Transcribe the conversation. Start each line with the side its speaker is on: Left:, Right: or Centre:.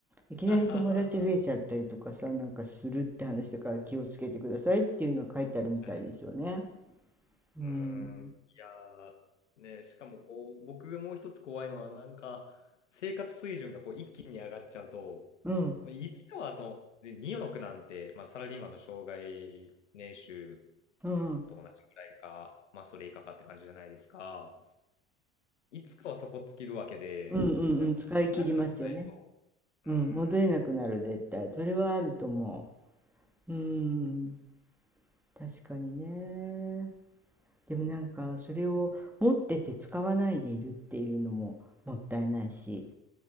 Centre: いきなり友達増えちゃったりとかさ、
Left: <laughs> はははは
Centre: なんかするって話だから気をつけてくださいっていうのは書いてあるみたいですよね。
Left: はい。
Centre: うん。
Left: うーん。いやー、ね、しかもこう、僕がもう一つ怖いのは、なんか、生活水準がこう一気に上がっちゃうと、
Centre: うん。
Left: まあいつかはその、で、2億なんて、まあ、サラリーマンの生涯年収
Centre: うん。う
Left: と同じくらいか、まあ、それ以下かって感じじゃないですか。いつかはそこ尽きるわけで、
Centre: うんん。うんうん。
Left: なんか戻れなくなっちゃいそ
Centre: 使い切りますよね。
Left: う。
Centre: うん。
Left: うーん、
Centre: 戻れなくなる、絶対。それはあると思う。うん。確かにね。でもなんか、それを持ってて使わないでいるっていうのももったいないし。